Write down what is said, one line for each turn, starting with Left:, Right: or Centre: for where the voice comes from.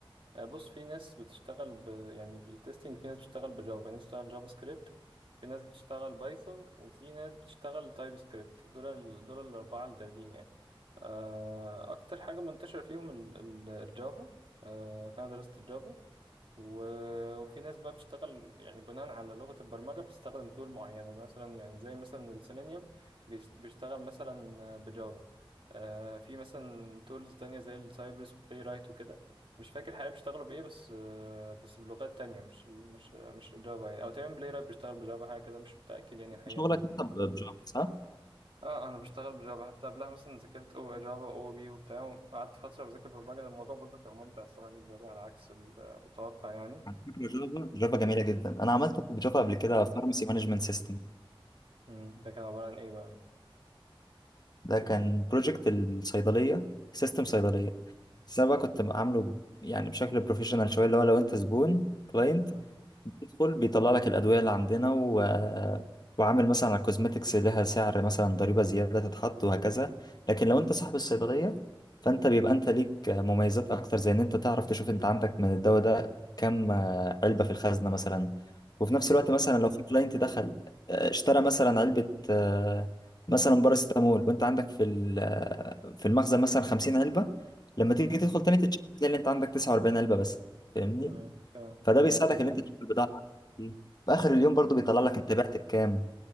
Right: آه، بص في ناس بتشتغل ب... يعني بالتستنج في ناس بتشتغل بجافا في ناس بتشتغل جافا سكريبت في ناس بتشتغل بايثون وفي ناس بتشتغل تايب سكريبت دول ال... دول الأربعة اللي دارجين يعني آه، أكتر حاجة منتشرة فيهم ال- ال- الجافا آه، فأنا درست الجافا و- وفي ناس بقى بتشتغل يعني بناء على لغة البرمجة بتستخدم تول معينة مثلا يعني زي مثلا السيلينيوم بيش- بيشتغل مثلا بجافا آه، في مثلا تولز تانية زي السايبرس وبلاي رايت وكده مش فاكر الحقيقة بيشتغلوا بإيه بس آه، بس بلغات تانية مش مش مش جافا يعني أو تقريبا بلاي رايت بيشتغل بجافا حاجة كده مش متأكد يعني الحقيقة
Left: شغلك
Right: من ال...
Left: انت ب- بجافا صح؟
Right: اه انا بشتغل بجافا حتى قبلها مثلا ذاكرت او جافا او بي وبتاع قعدت فتره بذاكر برمجه الموضوع برضه كان ممتع الصراحه بالنسبه لي على عكس المتوقع يعني
Left: على فكره جافا جافا جميله جدا انا عملت بجافا قبل كده فارماسي مانجمنت سيستم
Right: مم. ده كان عبارة عن إيه بقى؟
Left: ده كان بروجكت الصيدليه سيستم صيدليه
Right: مم.
Left: بس انا بقى كنت عامله يعني بشكل بروفيشنال شويه اللي هو لو انت زبون كلاينت
Right: مم.
Left: بيدخل بيطلع لك الأدوية اللي عندنا و... وعامل مثلا على الكوزماتكس لها سعر مثلا ضريبة زيادة تتحط وهكذا لكن لو أنت صاحب الصيدلية فأنت بيبقى أنت ليك مميزات أكتر زي إن أنت تعرف
Right: مم.
Left: تشوف أنت عندك من الدواء ده كم آه، علبة في الخزنة مثلا وفي نفس
Right: مم.
Left: الوقت مثلا لو في كلاينت دخل آه، اشترى مثلا علبة آه، مثلا باراسيتامول وأنت عندك في ال- آه، في المخزن مثلا 50 علبة لما تيجي
Right: مم.
Left: تدخل تاني تتشيك تلاقي إن أنت عندك 49 علبة بس فاهمني
Right: مم. فاهم
Left: فده بيساعدك
Right: لذيذة
Left: ان انت تشوف البضاعه بتاعتك إيه. في اخر اليوم
Right: مم.
Left: برضو بيطلع لك انت بعت بكام